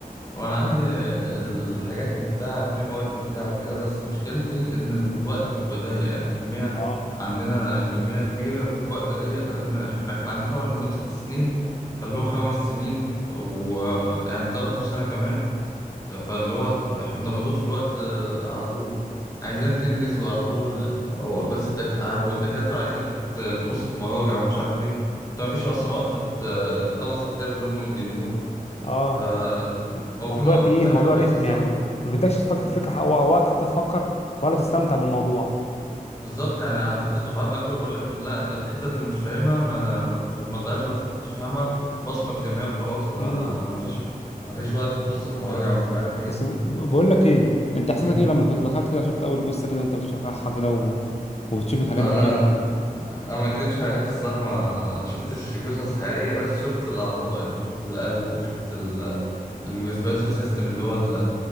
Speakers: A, on the left; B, on the left.
A: وانا عندي الحاجات ممتعة فيها مواد ممتعة وكده بس مشكلتي ان الوقت بيبقى ضيق يعني كمية
B: اه
A: عندنا كمية كبيرة وفي وقت ضيق لان احنا كان عندنا طبعا نظام ست سنين خلوه خمس سنين ويعني ضغطوا سنة كمان فاللي هو احنا انت مضغوط في الوقت آه، على طول عايزينك تنجز وعلى طول هو بس الدك... آه، والدكاترة عايزاك ت- تبص في مراجع ومش عارف ايه انت مفيش اصلا وقت ت- تخلص الكتاب اللي هم مديهولك
B: اه
A: فهو
B: موضوع
A: في مواد
B: تقيل
A: منتهى
B: موضوع
A: حبيتها
B: رخم
A: الصح
B: يعني ما ما بدكش تفكر
A: مم.
B: في فكرة ح- وقت حتى تفكر ولا تستمتع بالموضوع
A: بالظبط يعني حتى الدفعات الأكبر بيقول لك أنت لا أنت الحتة اللي مش فاهمها ما ما تف- ما تضيعش وقت أنت تفهمها بصمك زي ما هي وخلاص ما
B: امم
A: ما فيش ما
B: مم.
A: فيش وقت تبص في مراجع ومش عارف إيه
B: بس ب- ب-
A: ف-
B: بقول لك ايه انت احساسك
A: مم.
B: ايه لما كنت دخلت كده شفت اول جثه كده وانت بتشرحها كده و... وبتشوف الحاجات
A: أنا
B: دي اول مره
A: انا ما اكدبش عليك الصح ما ما شفتش جثث حقيقيه بس شفت الاعضاء يعني شفت القلب وشفت ال- الريسبيراتوري سيستم اللي هو ال-